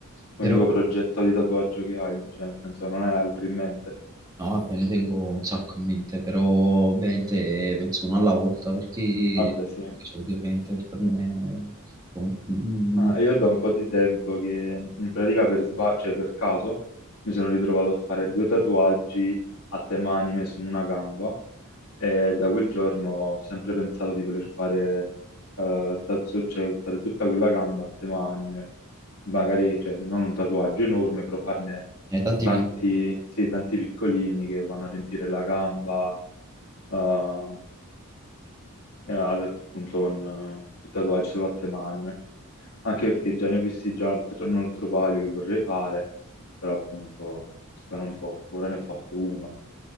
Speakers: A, on the right; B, on the left.
A: Però,
B: L'unico progetto di tatuaggio che hai, cioè nel senso non hai altri in mente.
A: no, vabbè, ne tengo un sacco in mente, però ovviamente penso uno alla volta perché
B: Vabbè, sì.
A: perché soldi ovviamente per me sono un-
B: Ah, e io da un po' di tempo che in pratica per sba- cioè per caso, mi sono ritrovato a fare due tatuaggi a tema anime su una gamba E da quel giorno ho sempre pensato di voler fare eh, tatu- cioè fare tutta quella gamba a tema anime, magari cioè, non un tatuaggio enorme, però farne
A: eh, tanti
B: tanti,
A: piccoli.
B: sì, tanti piccolini che vanno a riempire la gamba, eh, e ad- appunto con eh, i tatuaggi solo a tema anime. Anche perché già ne ho visti già altro- un altro paio che vorrei fare, però appunto costano un po'. Ora ne ho fatto uno.